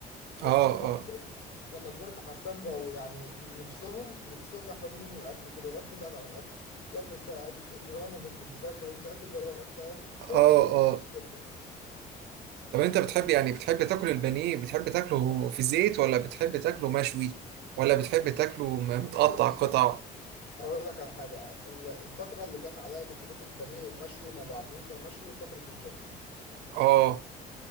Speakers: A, on the left (about 65°); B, on the right (about 80°).
A: بس
B: اه
A: لما
B: اه
A: كبرت لما كبرت حرفيا بقوا يعني نفسهم نفسهم يحرموني من الاكل كده يا ابني بعد عن الاكل يا ابني كفايه اكل انت زمان ما كنتش بتاكل انت إيه اللي جرالك فاهم بقيت
B: اه
A: اكل اكل
B: اه
A: جداً.
B: طب انت بتحب يعني بتحب تاكل البانيه بتحب تاكله في زيت ولا بتحب تاكله مشوي ولا بتحب تاكله م- متقطع
A: بص
B: قطع
A: هقول لك على حاجه ال- الفتره اللي جت عليا كنت باكل بانيه مشوي ما بعملوش غير مشوي فتره الجيم
B: اه